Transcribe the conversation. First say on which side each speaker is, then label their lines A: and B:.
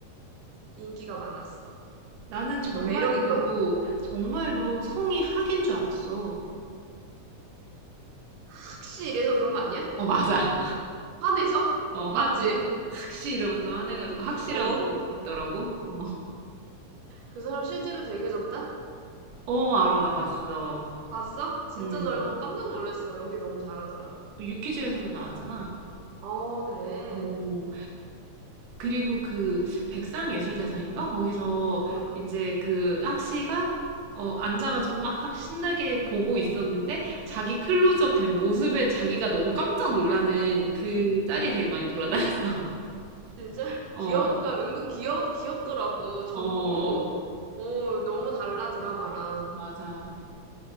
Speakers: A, on the right; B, on the right.
A: 인기가 많았어.
B: 나는
A: 약간
B: 정말로
A: 매력 있거든.
B: 정말로 성이 학인 줄 알았어.
A: 학시 이래서 그런 거 아니야?
B: 어 맞아.
A: 화내서?
B: 어 한,
A: 맞지?
B: 학씨 이러면서 화내가지고 학씨라고
A: 어.
B: 했더라고. 어,
A: 그 사람 실제로 되게 젊다?
B: 어 알어 나 봤어.
A: 봤어? 진짜
B: 음.
A: 젊어. 깜짝 놀랐어. 연기 너무 잘하더라.
B: 유퀴즈에서도 나왔잖아.
A: 어, 그래.
B: 음. 그리고 그 백상예술대상인가? 거기서
A: 응.
B: 이제 그 악시가 어, 앉아가지고 막 신나게 보고 있었는데 자기 클로즈업 된 모습에 자기가 너무 깜짝 놀라는 그 짤이 되게 많이 돌아다녔어. <laughs>
A: 진짜?
B: 어,
A: 귀여, 그러니까 은근 귀엽, 귀엽더라고. 젊고,
B: 어,
A: 어, 너무 달라, 드라마랑.
B: 맞아.